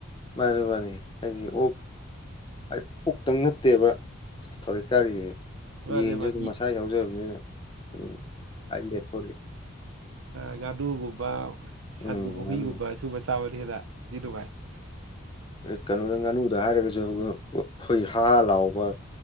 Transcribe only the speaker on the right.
ꯃꯥꯅꯦ
ꯃꯥꯅꯤ
ꯉꯥꯅꯨꯀꯨꯝꯕ ꯁꯟꯀꯨꯝꯕ
ꯍꯨꯏꯀꯨꯝꯕ ꯁꯨꯕ ꯆꯥꯕꯗꯤ ꯍꯦꯗꯗꯤꯗꯨꯒꯥꯏ <inaudible>